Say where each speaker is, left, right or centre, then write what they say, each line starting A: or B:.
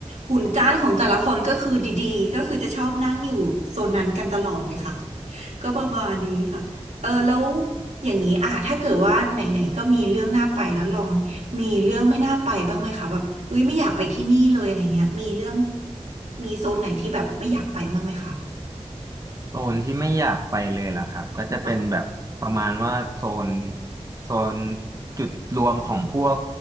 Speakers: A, on the right; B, on the right.
A: หุ่นก้านของแต่ละคนก็คือดีๆก็คือจะชอบนั่งอยู่โซนนั้นกันตลอดเลยค่ะ ก็ประมาณนี้ค่ะ เออแล้วอย่างนี้อ่ะถ้าเกิดว่าไหนๆก็มีเรื่องน่าไปแล้วลอง มีเรื่องไม่น่าไปบ้างไหมคะแบบเอ้ยไม่อยากไปที่นี่เลยอะไรเงี้ยมีเรื่องมีโซนไหนที่แบบไม่อยากไปบ้างไหมคะ
B: โซนที่ไม่อยากไปเลยล่ะครับก็จะเป็นแบบประมาณว่าโซน
A: ออ
B: โซนจุดรวมของพวก